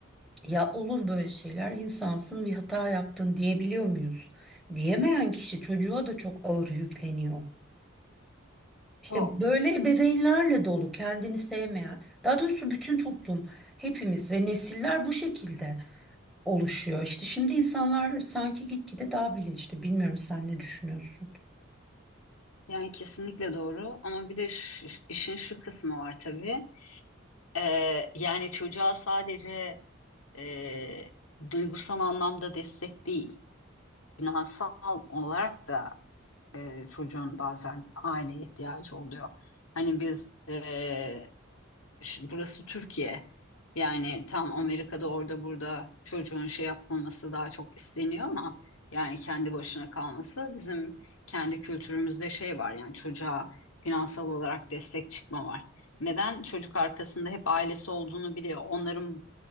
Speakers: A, in the centre; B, on the left (about 85°).
A: ya olur böyle şeyler insansın bir hata yaptın diyebiliyor muyuz? Diyemeyen kişi çocuğa da çok ağır yükleniyor. İşte
B: O.
A: böyle ebeveynlerle dolu kendini sevmeyen, daha doğrusu bütün toplum, hepimiz ve nesiller bu şekilde oluşuyor. İşte şimdi insanlar sanki gitgide daha bilinçli. Bilmiyorum sen ne düşünüyorsun?
B: Yani kesinlikle doğru ama bir de şu- işin şu kısmı var tabii. Ee, yani çocuğa sadece e, duygusal anlamda destek değil, finansal olarak da e, çocuğun bazen aileye ihtiyacı oluyor. Hani biz e, Şimdi burası Türkiye. Yani tam Amerika'da orada burada çocuğun şey yapılması daha çok isteniyor ama yani kendi başına kalması bizim kendi kültürümüzde şey var yani çocuğa finansal olarak destek çıkma var. Neden? Çocuk arkasında hep ailesi olduğunu biliyor. Onların